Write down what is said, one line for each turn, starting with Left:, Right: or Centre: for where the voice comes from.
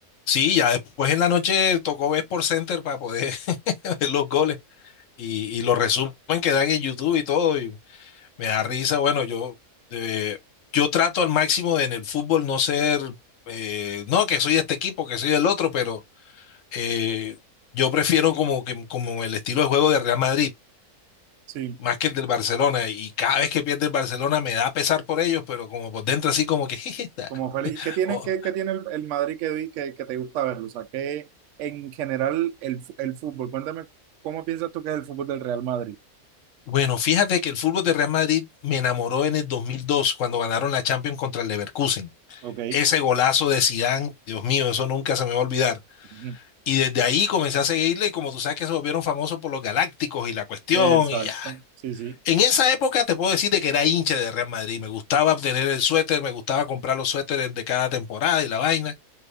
Left: Sí, ya después en la noche tocó ver por Center para poder <laughs> ver los goles y, y los resumen que dan en YouTube y todo. Y Me da risa, bueno, yo, eh, yo trato al máximo de en el fútbol no ser, eh, no, que soy de este equipo, que soy del otro, pero eh, yo prefiero como, que, como el estilo de juego de Real Madrid,
Right: Sí,
Left: más que el del Barcelona, y cada vez que pierde el Barcelona me da pesar por ellos, pero como por dentro así como que, <laughs> jeje, da-
Right: como feliz. ¿Qué tiene,
Left: oh.
Right: qué, qué tiene el, el Madrid que, vi- que, que te gusta verlo? O sea, ¿qué en general el, fu- el fútbol? Cuéntame, ¿cómo piensas tú que es el fútbol del Real Madrid?
Left: Bueno, fíjate que el fútbol de Real Madrid me enamoró en el 2002 cuando ganaron la Champions contra el Leverkusen.
Right: Ok.
Left: Ese golazo de Zidane, Dios mío, eso nunca se me va a olvidar.
Right: Ujú.
Left: Y desde ahí comencé a seguirle y como tú sabes que se volvieron famosos por los Galácticos y la cuestión
Right: Exacto.
Left: y ya.
Right: Sí, sí.
Left: En esa época te puedo decir de que era hincha de Real Madrid. Me gustaba obtener el suéter, me gustaba comprar los suéteres de cada temporada y la vaina.